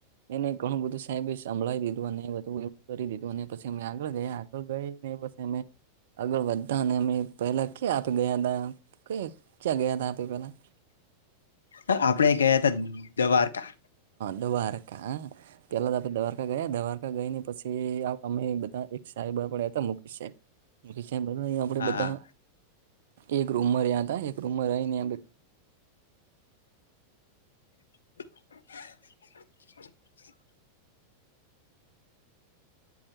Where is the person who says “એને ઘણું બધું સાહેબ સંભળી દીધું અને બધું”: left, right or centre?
Right